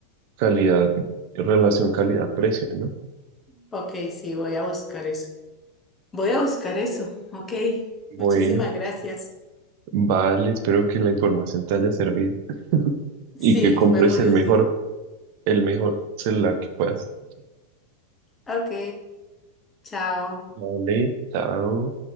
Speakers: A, on the right; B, on the left.
A: calidad, relación calidad-precio, ¿no?
B: Ok, sí, voy a buscar eso. Voy a buscar eso. Ok,
A: Bueno,
B: muchísimas gracias.
A: vale, espero que la información te haya servido
B: Sí,
A: y que compres
B: fue muy
A: el
B: útil.
A: mejor, el mejor celular que puedas.
B: Ok, chao.
A: Vale, chao.